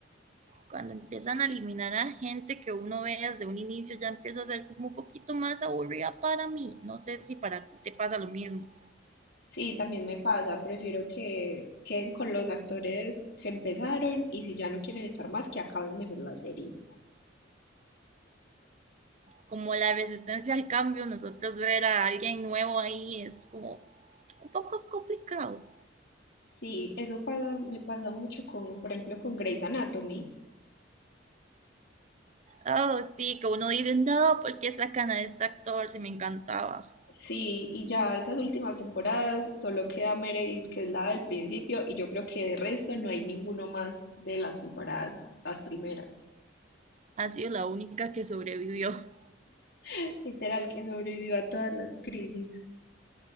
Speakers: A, on the right; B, on the left.
A: Cuando empiezan a eliminar a gente que uno ve desde un inicio, ya empieza a ser como un poquito más aburrida para mí. No sé si para ti te pasa lo mismo.
B: Sí, también me pasa, prefiero que queden con los actores que empezaron y si ya no quieren estar más, que acaben mejor la serie.
A: como la resistencia al cambio, nosotros ver a alguien nuevo ahí es como un poco complicado.
B: Sí, eso pasa, me pasa mucho con, por ejemplo, con Grey's Anatomy.
A: Oh, sí, que uno dice, no, ¿por qué sacan a este actor si me encantaba?
B: Sí, y ya esas últimas temporadas solo queda Meredith, que es la del principio, y yo creo que de resto no hay ninguno más de las temporadas, las primeras.
A: Ha sido la única que sobrevivió. <laughs>
B: <laughs> Literal, que sobrevivió a todas las crisis.